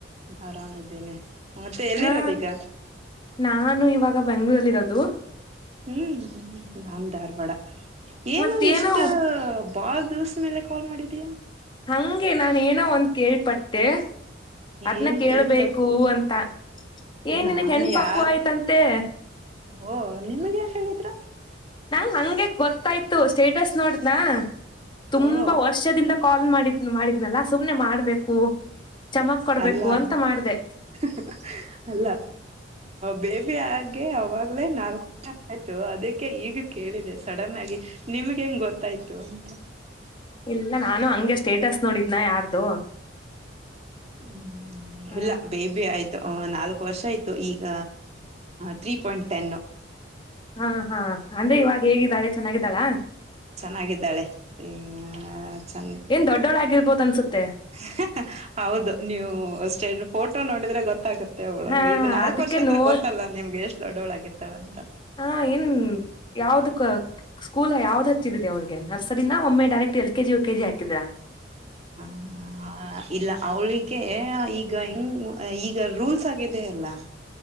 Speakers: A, on the right; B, on the left.
A: ಆರಾಮ್ದೇನೆ ಮತ್ತೆ ಎಲ್ಲಿರೋದ
B: ಆ
A: ಈಗ
B: ನಾನು ಇವಾಗ ಬೆಂಗ್ಳೂರಲ್ಲಿ ಇರೋದು
A: ಹ್ಮ್ ನಾನ್ ಧಾರ್ವಾಡ ಏನು
B: ಮತ್ತೇನೋ
A: ಇಷ್ಟ ಭಾಳ ದಿವಸ ಮೇಲೆ ಕಾಲ್ ಮಾಡಿದೀಯಾ..
B: ಹಂಗೆ ನಾನ ಏನೋ ಒಂದ್ ಕೇಳ್ಪಟ್ಟೆ ಅದ್ನ್ನ
A: ಏನ್
B: ಕೇಳ್ಬೇಕು
A: ಕೇಳ್ಪಟ್ಟಿ
B: ಅಂತ ಏನ್
A: ನಾನ್
B: ನಿನಗ್ ಹೆಣ್ಣ ಪಾಪು
A: ಯಾರ್
B: ಆಯ್ತಂತೆ..
A: ಓ ನಿಮಗ್ ಯಾರ್ ಹೇಳಿದ್ರು
B: ನಂಗ್ ಹಂಗಗೆ ಗೊತ್ತಾಯ್ತು ಸ್ಟೇಟಸ್ ನೋಡ್ನಾ ತುಂಬಾ
A: ಓ
B: ವರ್ಷದಿಂದ ಕಾಲ್ ಮಾಡಿದ್ ಇದ ಮಾಡಿದ್ನಲ್ಲಾ ಸುಮ್ನೆ ಮಾಡ್ಬೇಕು ಚಮಕ್ ಕೊಡ್ಬೇಕು
A: ಅಲ್ಲ
B: ಅಂತ ಮಾಡ್ದ
A: <unintelligible> ಅಲ್ಲ ಬೇಬಿ ಆಗೆ ಅವಾಗ್ಲೇ ನಾಲ್ಕು ಆಯ್ತು ಅದಕ್ಕೆ ಈಗ ಕೇಳಿದೆ ಸಡನ್ ಆಗಿ ನಿಮ್ಗೆ ಹೆಂಗ್ ಗೊತ್ತಾಯ್ತು ಅಂತ
B: ಇಲ್ಲ ನಾನು ಹಂಗೆ ಸ್ಟೇಟಸ್ ನೋಡಿದ್ನ ಯಾರ್ದು
A: ಹ್ಮ್್ಮ
B: ಹ
A: ಇಲ್ಲ ಬೇಬಿ ಆಯ್ತು ನಾಲ್ಕು ವರ್ಷ ಆಯ್ತು ಈಗ ತ್ರೀ ಪಾಯಿಂಟ್ ಟೆನ್
B: ಹಾ ಹಾ ಅಂದ್ರೆ ಇವಾಗ ಹೇಗಿದ್ದಾಳೆ ಚೆನ್ನಾಗಿದ್ದಾಳ
A: ಚೆನ್ನಾಗಿದ್ದಾಳೆ <inaudible> ಹ ಚಂದ
B: ಏನ್ ದೊಡ್ಡೋಳ ಆಗಿರ್ಬೋದ ಅನ್ಸುತ್ತೆ
A: <unintelligible> ಹೌದು ನೀವು ಅಷ್ಟೆ ಫೋಟೋ ನೋಡಿದ್ರೆ ಗೊತ್ತಾಗುತ್ತೆ ಮತ್ತೆ ಅವ್ಳು
B: ಹಾ
A: ಈಗ ನಾಲ್ಕ್
B: ಅದಕ್ಕೆ
A: ವರ್ಷ ಅಂದ್ರೆ
B: ನೋಡ್
A: ಗೊತ್ತಲ್ಲಾ ನಿಮ್ಗೆ ಎಷ್ಟ್ ದೊಡ್ಡವಳ ಆಗಿರತಾಳ ಅಂತ
B: ಹಾ ಏನ್ <inaudible> ಯಾವ್ದಕ್ಕ್ ಸ್ಕೂಲ್ ಯಾವ್ ಹಚ್ಚಿದಿದೆ ಅವ್ರಿಗೆ ನರ್ಸರಿನ ಒಮ್ಮೆ ಡೈರೆಕ್ಟ್ ಎಲ್ ಕೆಜಿ ವಓ ಕೆಜಿ ಹಾಕಿದ್ರಾ
A: <inaudible> ಇಲ್ಲ ಅವಳಿಗೆ ಈಗ ಹಂಗ್ ಈಗ ರೂಲ್ಸ್ ಆಗಿದೆ ಅಲ್ಲ..